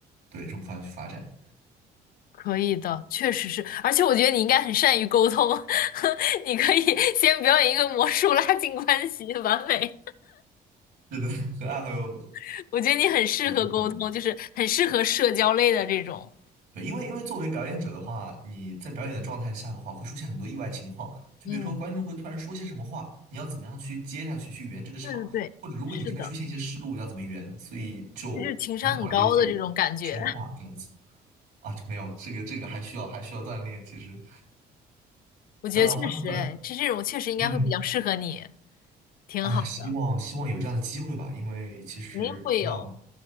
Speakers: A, on the right; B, on the left.
A: 对这种方向去发展。
B: 可以的，确实是，而且我觉得你应该很善于沟通，<laughs> 你可以 <laughs> 先表演一个魔术拉近关系，完美。
A: 是的，<laughs> 和爱好有
B: <laughs> 我觉得你很适合沟通，
A: 有挺像的。
B: 就是很适合社交类的这种。
A: 对，因为因为作为表演者的话，你在表演的状态下的话，会出现很多意外情况，就比如说观众会突然说些什么话，
B: 嗯，
A: 你要怎么样去接下去去圆这个场，
B: 对对对，
A: 或者如果你这边出现一些失误，
B: 是的，
A: 要怎么圆，所以就很考验自己说话这样子
B: 这就是情商很高的这种感觉。
A: 啊，就没有这个这个还需要还需要锻炼，其实。
B: 我觉得确实，
A: 那话说回来，
B: 哎，这这种确实应该会比较适合你，
A: 嗯
B: 挺好的，
A: 啊，希望希望有这样的机会吧，因为其实不知道，
B: 肯定会有。